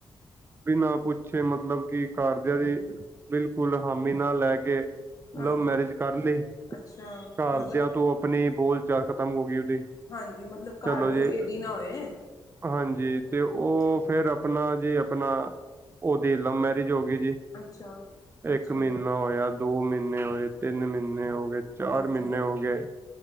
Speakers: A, on the right; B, on the left.
A: ਬਿਨਾ ਪੁੱਛੇ ਮਤਲਬ ਕਿ ਕਾਰਦਿਆਂ ਦੀ ਫੂਲ ਹਾਮੀ ਨਾਲ ਲੈ ਕੇ
B: ਹਾਂਜੀ
A: ਲਵ ਮੈਰਿਜ ਕਰ ਲੀ
B: ਅੱਛਾ
A: ਘਰਦਿਆਂ
B: ਮਤਲਬ
A: ਤੋਂ ਆਪਣੀ ਬੋਲ ਚਾਲ ਖਤਮ ਹੋ ਗਈ ਉਹਦੀ
B: ਹਾਂਜੀ ਮਤਲਬ ਘਰ
A: ਚਲੋ
B: ਦੇ
A: ਜੀ
B: ਰੇਡੀ ਹੀ ਨਾ ਹੋਏ
A: ਹਾਂਜੀ ਤੇ ਉਹ
B: ਅੱਛਾ
A: ਫੇਰ ਆਪਣਾ ਜੀ ਆਪਣਾ ਉਹਦੀ ਲਵ ਮੈਰਿਜ ਹੋ ਗਈ ਜੀ
B: ਅੱਛਾ ਅੱਛਾ
A: ਇੱਕ ਮਹੀਨਾ ਹੋਇਆ, ਦੋ ਮਹੀਨੇ ਹੋਏ, ਤਿੰਨ ਮਹੀਨੇ ਹੋ ਗਏ, ਚਾਰ
B: ਹਾਂਜੀ
A: ਮਹੀਨੇ ਹੋ ਗਏ